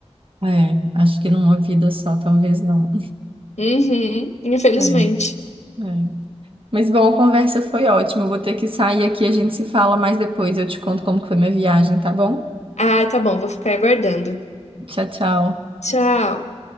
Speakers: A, on the right; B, on the left.
A: É, acho que numa vida só, talvez não.
B: Uhum, infelizmente.
A: É, é. Mas bom, a conversa foi ótima. Eu vou ter que sair aqui, a gente se fala mais depois. Eu te conto como que foi minha viagem, tá bom?
B: Ai, tá bom, vou ficar aguardando.
A: Tchau, tchau.
B: Tchau.